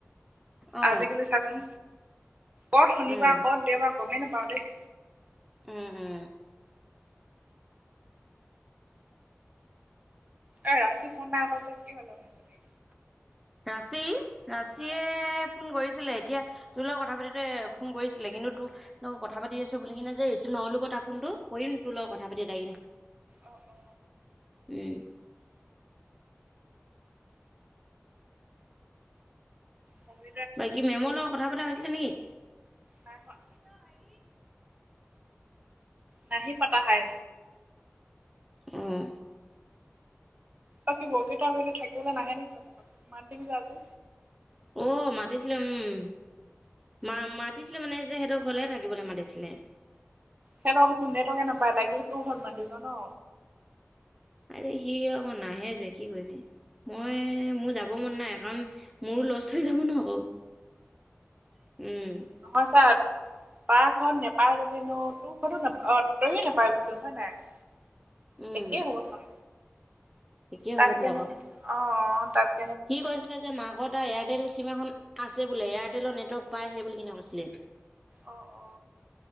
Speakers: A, in the centre; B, on the right.
A: অ
B: আজিকালি চাচোন কত শুনিবাৰ
A: উম
B: কত দেয় বাৰ গমেই নাপাওঁ দেই
A: উ উ
B: এ ৰাছি ফন নাইকৰা যে কি হল তামানে এইজনী
A: ৰাচি ৰাচিয়ে
B: আহ
A: ফোন কৰি ছিলে এতিয়া তোৰ লগত কথা পাটিতে ফোন কৰিছিলে কিন্তু তো ৰ লগত কথা পাতি আছো বুলি কিনে যে ৰিচিভ নকৰিলো ক তাৰ ফোনটো কৰিম তোৰ লগত কথা পাতি এটাই কিনে
B: অ অ
A: উম
B: বগী
A: বাকী মেমৰ লগত কথা পতা হৈছিলে নেকি
B: নাই হোৱা।
A: হেৰি
B: নাহি পাতা হায়।
A: উমঁ।
B: বাকী' বগীতা বাইদেউ থাকিবলৈ নাহে নেকি আজি? মাতি দিবি ক' আজি।
A: অ' মাতিছিলে, উমঁ। মা-মাতিছিলে মানে যে হেতৰ ঘৰলৈহে থাকিবলৈ মাতিছিলে।
B: হেতৰ ঘৰতচোন নেটকে নাপায় লাগিলে তো ঘৰত মাতি দিম ন'।
A: আৰে সি আকৌ নাহে যে কি কৰিবি। মইয়ে মোৰ যাব মন নাই কাৰণ মোৰো লষ্ট হৈ যাব ন' আকৌ। উমঁ।
B: নহয় চা- পাৰ ঘৰত নাপায় যাব নো তোৰ ঘৰতো ন অ' তইয়ো নোপাবিচোন হয় নাই।
A: উম
B: একেই হ'ব চোন,
A: একেই
B: তা'তকে
A: হ'বতো আকৌ
B: নো, অঁ', তা'ত
A: সি কৈছিলে যে মাকৰ এয়াৰটেল চিম এখন আছে বোলে এয়াৰটেলৰ নেটৱৰ্ক পাই সেই বুলি কিনে কৈছিলে।
B: অ অ